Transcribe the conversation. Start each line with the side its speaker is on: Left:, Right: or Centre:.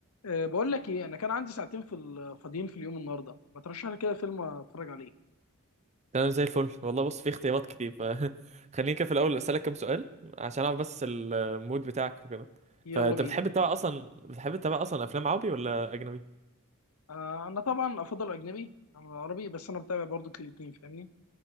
Left: أه بقول لك ايه انا كان عندي ساعتين في ال- فاضيين في اليوم النهارده ما ترشح لي كده فيلم اتفرج عليه
Right: تمام زي الفل والله بص في اختيارات كتير فخليني <laughs> كده في الاول اسالك كام سؤال عشان اعرف بس المود بتاعك وكده
Left: يلا
Right: فانت
Left: بينا
Right: بتحب تتابع اصلا بتحب تتابع اصلا افلام عربي ولا اجنبي
Left: أه انا طبعا افضل اجنبي عن العربي بس انا بتابع برضو الاتنين فاهمني